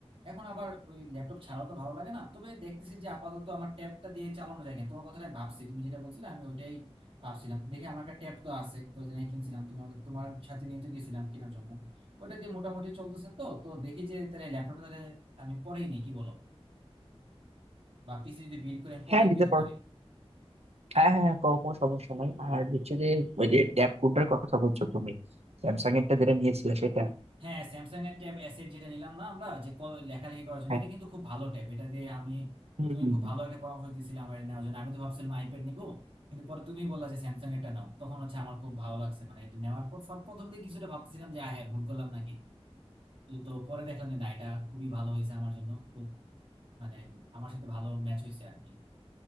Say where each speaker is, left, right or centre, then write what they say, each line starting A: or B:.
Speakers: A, on the right; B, on the right.
A: এখন আবার ওই ল্যাপটপ ছাড়াও তো ভালো লাগে না তবে দেখতেছি যে আপাতত আমার ট্যাবটা দিয়ে চালানো যায় কেন তোমার কথাটা আমি ভাবছি তুমি যেটা বলছিলে আমি ওইটাই ভাবছিলাম দেখি আমার একটা ট্যাব তো আছে কয়েকদিন আগে কিনছিলাম তোমার তোমার সাথে নিয়ে তো গেছিলাম কেনার জন্য ওটা দিয়ে মোটামুটি চলতেছে তো তো দেখি যে তাহলে ল্যাপটপটা তাহলে আমি পরেই নিই কি বলো বা পিসি যদি বিল্ড করে আমি পরেই
B: হ্যাঁ নিতে
A: পিসি
B: পারো
A: করি
B: হ্যাঁ হ্যাঁ হ্যাঁ, কোনো কোনো সমস্যা নাই আর হচ্ছে যে ওই যে ট্যাব কোডটার কথা বলছো তুমি স্যামসাং এরটা যেটা নিয়েছিলে সেটা
A: হ্যাঁ স্যামসাং এর ট্যাব অ্যাসেট যেটা নিলাম না আমরা যে ক- লেখালেখি করার জন্য
B: হ্যাঁ
A: এটা কিন্তু খুব ভালো ট্যাব এটা দিয়ে আমি
B: হুম
A: তুমি
B: হুম
A: খুব
B: হুম
A: ভালো একটা পরামর্শ দিছিলে আমার এটা নেওয়ার জন্য আমি তো ভাবছিলাম আইপ্যাড নিবো কিন্তু পরে তুমি বললা যে স্যামসাং এরটা নাও তখন হচ্ছে আমার খুব ভালো লাগছে মানে এটা নেওয়ার পর সব প্রথম দিকে কিছুটা ভাবতেছিলাম যে আহ, হ্যাঁ ভুল করলাম নাকি তো তো পরে দেখলাম যে না এটা খুবই ভালো হয়েছে আমার জন্য খুব মানে আমার সাথে ভালো ম্যাচ হয়েছে আর কি